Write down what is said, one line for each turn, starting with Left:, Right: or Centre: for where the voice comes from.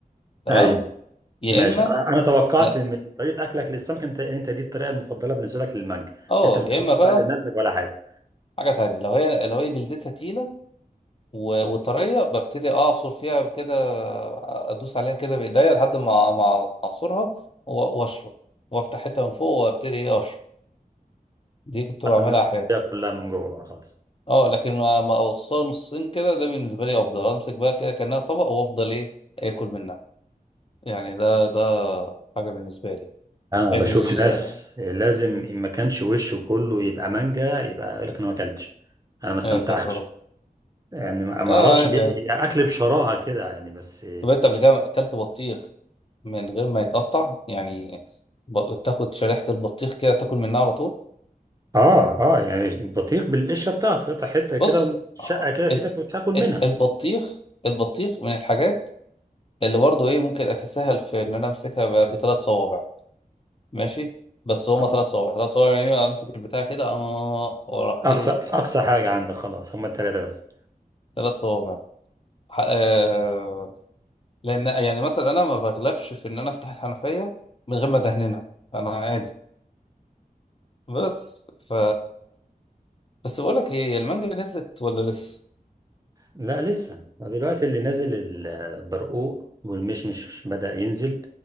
Left: تمام
Right: ايوه
Left: يا
Right: ماشي
Left: اما
Right: انا انا توقعت
Left: لا
Right: من طريقه اكلك للسمك انت انت دي الطريقه المفضله بالنسبه لك للمانجا
Left: اه
Right: انت مش
Left: يا
Right: حابب
Left: اما
Right: تبهدل
Left: بقى
Right: نفسك ولا حاجه
Left: حاجه تانية لو هي لو هي جلدتها تقيله و- وطريه ببتدي اعصر فيها كده ادوس عليها كده بايديا لحد ما ما اعصرها و- واشرب وافتح حته من فوق وابتدي ايه اشرب دي كنت
Right: حتى
Left: بعملها
Right: لما تاكلها
Left: احيانا
Right: كلها من جوه بقى خالص
Left: اه لكن ما ما اوصلها نصين كده ده بالنسبه لي افضل امسك بقى كده كانها طبق وافضل ايه اكل منها يعني ده ده حاجه بالنسبه لي
Right: انا بشوف ناس لازم ان ما كانش وشه كله يبقى مانجا يبقى يقول لك انا ما اكلتش انا ما استمتعتش
Left: أيوة، يا ساتر يا رب
Right: يعني ما ما
Left: لا
Right: اعرفش
Left: عادي
Right: بي-
Left: عادي
Right: يعني اكل بشراهه كده يعني بس
Left: طب انت قبل كده اكلت بطيخ من غير ما يتقطع يعني ب... تاخد شريحة البطيخ كده تاكل منها على طول
Right: اه اه يعني البطيخ بالقشره بتاعته تقطع حته كده
Left: بص
Right: شقه كده في
Left: الف...
Right: ايدك وتاكل منها
Left: البطيخ البطيخ من الحاجات اللي برضه ايه ممكن اتساهل في ان انا امسكها ب... بثلاث صوابع ماشي بس هما
Right: آه.
Left: ثلاث صوابع ثلاث صوابع يعني امسك البتاع كده اه وراح
Right: اقصى
Left: ايه
Right: اقصى حاجه عندك خلاص هما الثلاثه بس
Left: ثلاث صوابع ح- آه... لان يعني مثلا انا ما بغلبش في ان انا افتح الحنفية من غير ما ادهنها انا عادي بس ف بس بقول لك ايه المانجا نزلت ولا لسه
Right: لا لسه دلوقتي اللي نازل البرقوق والمشمش بدأ ينزل